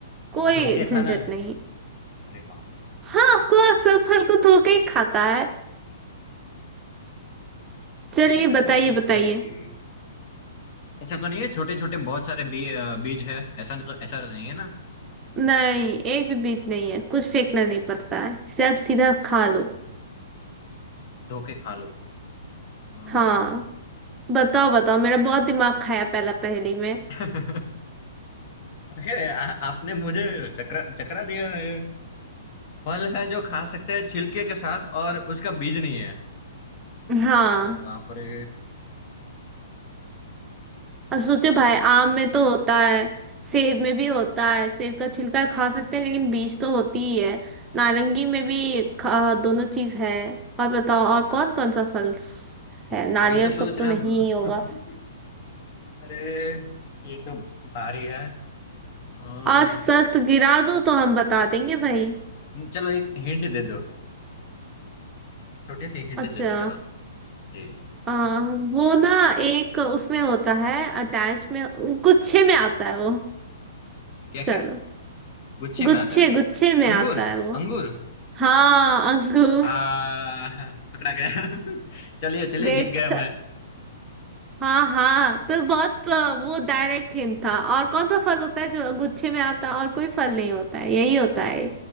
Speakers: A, on the right (about 20°); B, on the left (about 40°).
A: कोई
B: धो के
A: झंझट
B: खाना है
A: नहीं
B: अरे बाप रे
A: हाँ ऑफ कोर्स सब फल को धो के ही खाता है चलिए
B: ऐसा कैसा
A: बताइए
B: फल
A: बताइए
B: है जी ऐसा तो नहीं है छोटे छोटे बहुत सारे बी, अ, बीज है ऐसा नहीं तो ऐसा तो नहीं है ना
A: नहीं एक भी बीज नहीं है कुछ फेंकना नहीं पड़ता है सब सीधा खा लो
B: धो के खा लो अम,
A: हाँ बताओ बताओ मेरा बहुत दिमाग खाया पहला पहेली में
B: <laughs> अरे आ, आपने मुझे चकरा चकरा दिया है फल है जो खा सकते हैं छिलके के साथ और उसका बीज नहीं है
A: हाँ
B: अरे बाप रे
A: अब सोचो भाई आम में तो होता है सेब में भी होता है सेब का छिलका खा सकते हैं लेकिन बीज तो होती ही है नारंगी में भी खा, दोनों चीज है और बताओ और कौन कौन सा फल स- है नारियल
B: वही तो सोच
A: सब तो
B: रहा
A: नहीं
B: हूँ
A: ही होगा
B: <laughs> अरे ये तो भारी है अम्म,
A: आज सस्त गिरा दो तो हम बता देंगे भाई
B: चलो एक हिंट दे दो छोटी सी हिंट
A: अच्छा
B: दे दो चलो जी
A: आ, वो ना एक उसमें होता है अटैच में गुच्छे में आता है वो
B: क्या
A: चलो
B: क्या गुच्छे में
A: गुच्छे
B: आता है
A: गुच्छे में
B: अंगूर
A: आता है वो
B: अंगूर
A: हाँ अंगूर
B: आ पकड़ा गया <laughs> चलिए चलिए
A: देख
B: जीत गया मैं
A: हाँ हाँ तो बहुत अ, वो डायरेक्ट हिंट था और कौन सा फल होता है जो गुच्छे में आता है और कोई फल नहीं होता है यही होता है